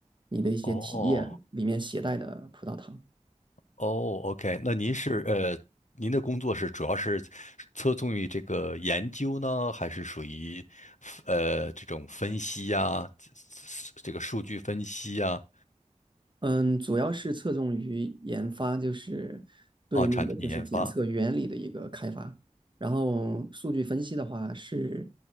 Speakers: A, on the right (about 40°); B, on the left (about 70°).
A: 你的一些体液里面携带的葡萄糖。
B: 哦哦，OK，那您是呃，您的工作是主要是侧重于这个研究呢，还是属于呃这种分析呀、这个数据分析呀、啊，
A: 嗯，主要是侧重于研发，就是对那个就是检测原理的一个开发。
B: 哦产品研发？
A: 然后数据分析的话是，